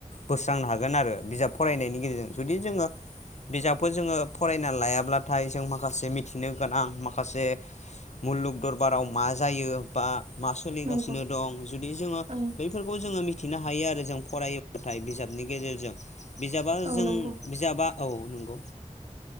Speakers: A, on the left (about 60°); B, on the right (about 55°).
A: बोस्रांनो हागोन आरो। बिजाब फरायनायनि गेजेरजों जुदि जोङो बिजाबखौ जोङो फरायना लायाब्लाथाय जों माखासे मिथिनो गोनां माखासे मुलुग दरबाराव मा जायो बा मा सोलिगासिनो
B: नंगौ
A: दं जुदि जोङो
B: ओं
A: बैफोरखौ जोङो मिथि मिथिनो हायो आरो जों फरायो बाथाय बिजाबनि गेजेरजों। बिजाबा
B: औ
A: जों
B: नंगौ
A: बिजाबा औ नंगौ